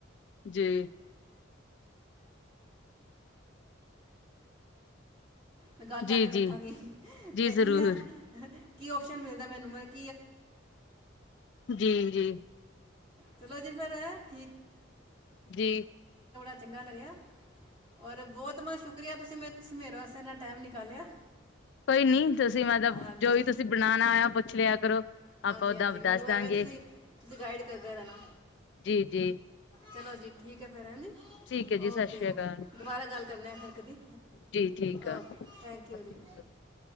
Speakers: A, on the left; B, on the right.
A: ਜੀ
B: ਮੈਂ ਗੱਲ ਕਰਕੇ
A: ਜੀ
B: ਵੇਖਾਂਗੀ
A: ਜੀ ਜੀ
B: ਦੇਖਣੀ
A: ਜ਼ਰੂਰ
B: ਆ ਕੀ ਓਪਸ਼ਨ ਮਿਲਦਾ ਮੈਨੂੰ <inaudible>
A: ਜੀ ਜੀ
B: ਚਲੋ ਜੀ ਫਰ ਹੈ <inaudible> <inaudible>
A: ਜੀ
B: ਚੰਗਾ ਲੱਗਿਆ ਔਰ ਬਹੁਤ ਮ ਸ਼ੁਕਰੀਆ ਤੁਸੀਂ ਮੈਂ ਤੁਸੀ ਮੇਰੇ ਵਾਸਤੇਨਾ ਟਾਈਮ ਨਿਕਾਲਿਆ।
A: ਕੋਈ ਨੀ ਤੁਸੀਂ ਮਤਲਬ
B: ਹਾਂਜੀ
A: ਜੋ ਵੀ ਤੁਸੀਂ ਬਣਾਣਾ ਹੋਇਆ ਪੁੱਛ ਲਿਆ। ਕਰੋ।
B: ਹਾਂਜੀ
A: ਆਪਾਂ ਓਦਾਂ
B: ਹਾਂਜੀ, ਮੈਨੂੰ
A: ਦੱਸ ਦਾਂਗੇ
B: ਐਵੇਂ ਤੁਸੀ ਤੁਸੀਂ ਗਾਈਡ ਕਰਦੇ ਰਹਿਣਾ
A: ਜੀ ਜੀ
B: ਚਲੋ ਜੀ। ਠੀਕ ਹੈ ਫਿਰ ਏਂਜੀ।
A: ਠੀਕ ਹੈ ਜੀ
B: ਓਕੇ
A: ਸਤਿ ਸ੍ਰੀ ਅਕਾਲ
B: ਦੁਬਾਰਾ ਗੱਲ ਕਰਨ ਐ ਫਿਰ ਕਦੀ
A: ਜੀ ਠੀਕ
B: ਓਕੇ ਥੈਂਕ
A: ਆ
B: ਯੂ ਜੀ।